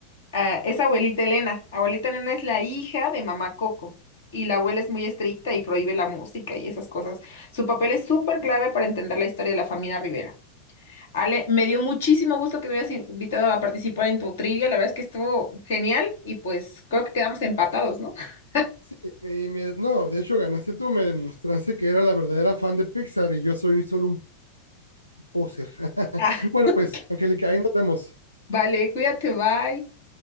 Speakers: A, on the left; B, on the left.
A: Ah, es abuelita Elena. Abuelita Elena es la hija de mamá Coco. Y la abuela es muy estricta y prohíbe la música y esas cosas. Su papel es súper clave para entender la historia de la familia Rivera. Ale, me dio muchísimo gusto que me hayas invitado a participar en tu trivia. La verdad es que estuvo genial y pues creo que quedamos empatados, ¿no? <laughs>
B: Sí, me- me- no, de hecho ganaste tú, me demostraste que era la verdadera fan de Pixar y yo soy solo un poser. <laughs>
A: Ah,
B: Bueno,
A: <laughs>
B: pues, Angélica, ahí nos vemos.
A: vale, cuídate, bye.